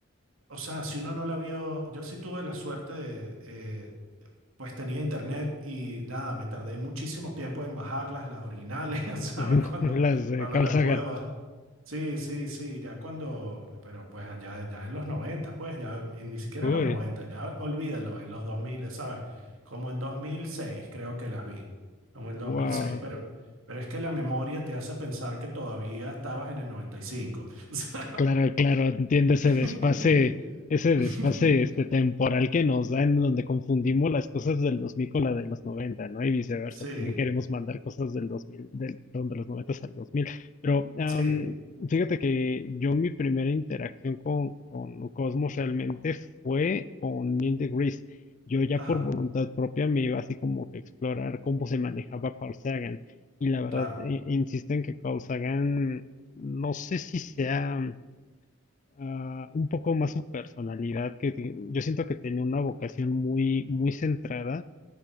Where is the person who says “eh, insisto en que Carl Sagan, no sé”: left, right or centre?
Left